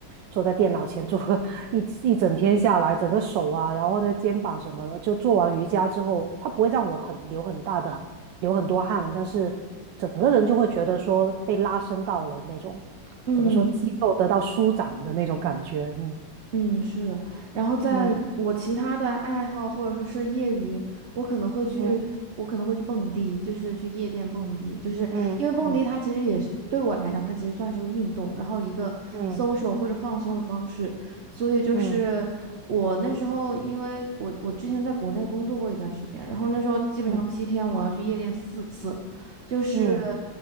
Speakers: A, on the right; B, on the right.
A: 坐在电脑前坐个 <laughs> 一一整天下来，整个手啊，然后呢肩膀什么的，就做完瑜伽之后，它不会让我很流很大的流很多汗，但是整个人就会觉得说被拉伸到了那种
B: 嗯
A: 怎么说肌肉得到舒展的那种感觉，
B: 嗯，是的。然后在我其他的爱好或者说是业余，
A: 嗯
B: 我可能会去，
A: 嗯
B: 我可能会去蹦迪，就是去夜店蹦迪，就是因为蹦迪它其实也是对我来讲，
A: 嗯嗯
B: 它其实算是个运动，然后一个
A: 嗯
B: social 或者放松的方式，所以就是。
A: 嗯嗯
B: 我那时候，因为我我之前在国内工作过一段时间，然后那时候基本上七天我要去夜店四次，
A: 嗯嗯。嗯嗯
B: 就是
A: 嗯